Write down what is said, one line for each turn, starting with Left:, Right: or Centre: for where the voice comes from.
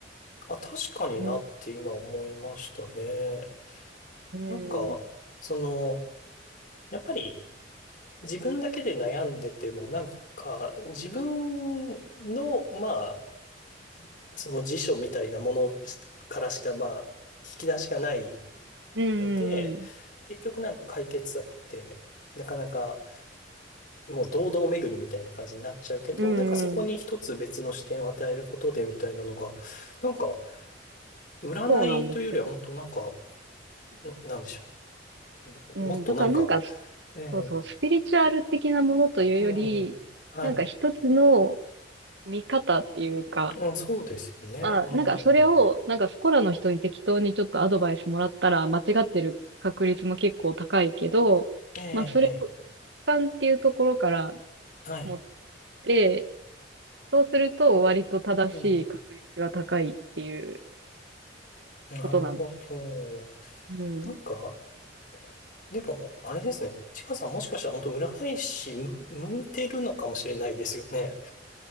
Left: あ、確かになって今思いましたね。
Right: うん、うん、
Left: なんか、その、やっぱり自分だけで悩んでても、なんか、自分の、まあ、その辞書みたいなものからしか、まあ、引き出しがない
Right: うん、
Left: ので、結局なんか解決策って、なかなかもう堂々巡りみたいな感じになっちゃうけど、
Right: うん、
Left: なんかそこに一つ別の視点を与えることでみたいなのが、
Right: うん
Left: なんか占いというよりは本当なんか、
Right: そうなんですよ。
Left: んなんでしょう。
Right: うん、
Left: もっとなんか、
Right: だからなんか、
Left: ええ
Right: そうそう、スピリチュアル的なものというより、
Left: ええはい。
Right: なんか一つの見方っていうか、
Left: うん、そうですよね。
Right: まあ、
Left: うん。
Right: なんかそれを、なんかそこらの人に適当にちょっとアドバイスもらったら間違ってる確率も結構高いけど、
Left: えええ
Right: まあそれを直感っていうところから
Left: えはい。
Right: 持って、そうすると割と正しい確率が高いっていう
Left: うん。なるほど。
Right: ことなんです。うん。
Left: なんか、でも、あれですね。ちかさんもしかしたら本当占い師む向いてるのかもしれないですよね。